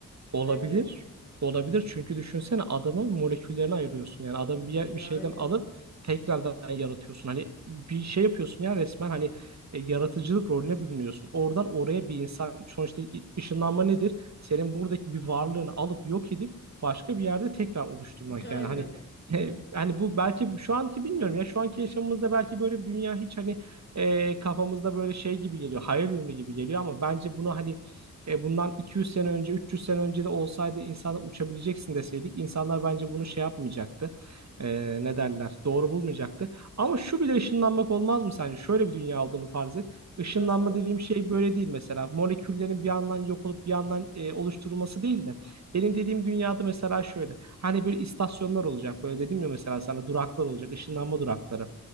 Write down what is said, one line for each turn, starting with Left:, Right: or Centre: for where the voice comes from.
Right: Olabilir.
Left: Sence?
Right: Olabilir çünkü düşünsene adamı moleküllerine ayırıyorsun. Yani adam bir, yer-
Left: Yani.
Right: bir şeyden alıp tekrardan yaratıyorsun. Hani bir şey yapıyorsun ya resmen hani e, yaratıcılık rolüne bürünüyorsun. Oradan oraya bir insan sonuçta i- ışınlanma nedir? Senin buradaki bir varlığını alıp yok edip başka bir yerde tekrar oluşturmak
Left: <laughs> Aynen.
Right: yani hani e, hani bu belki şu anki bilmiyorum ya şu anki yaşamımızda belki böyle bir dünya hiç hani e, kafamızda böyle şey gibi geliyor hayal ürünü gibi geliyor ama bence bunu hani e, bundan 200 sene önce, 300 sene önce de olsaydı insanlar uçabileceksin deseydik, insanlar bence bunu şey yapmayacaktı. E, ne derler? Doğru bulmayacaktı. Ama şu bile ışınlanmak olmaz mı sence? Şöyle bir dünya olduğunu farz et. Işınlanma
Left: Nasıl?
Right: dediğim şey böyle değil mesela. Moleküllerin bir yandan yok olup bir yandan e, oluşturulması değil de. Benim dediğim dünyada mesela şöyle. Hani böyle istasyonlar olacak. Böyle dedim ya mesela sana duraklar olacak. Işınlanma durakları.